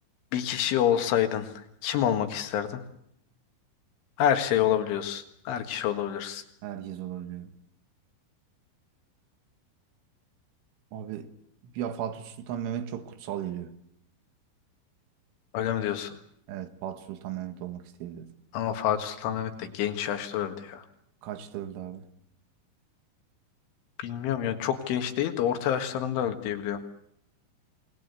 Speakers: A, on the left; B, on the right.
A: bir kişi olsaydın kim olmak isterdin? Her şey olabiliyorsun. Her kişi olabilirsin.
B: Herkes olabiliyor. Abi ya Fatih Sultan Mehmet çok kutsal geliyor.
A: Öyle mi diyorsun?
B: Evet Fatih Sultan Mehmet olmak isteyebilirdim.
A: Ama Fatih Sultan Mehmet de genç yaşta öldü ya.
B: Kaçta öldü abi?
A: Bilmiyorum ya çok genç değil de orta yaşlarında öldü diye biliyorum.